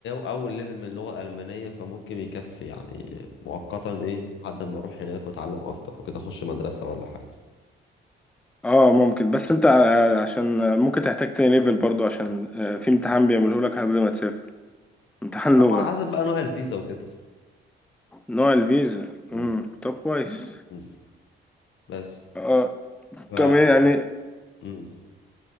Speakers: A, on the left; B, in the centre.
A: أول ليفل من اللغة الألمانية فممكن يكفي يعني مؤقتا إيه لحد ما أروح هناك وأتعلم أكتر وكده أخش مدرسة ولا حاجة
B: اه ممكن بس انت ع- عشان ممكن تحتاج تاني ليفل برضو عشان آه، في امتحان بيعمله لك قبل ما تسافر امتحان
A: طبعا
B: لغة
A: على حسب بقى نوع الفيزا وكده
B: نوع الفيزا
A: مم.
B: امم طب كويس
A: مم. بس
B: آه
A: ف
B: كمان يعني
A: مم.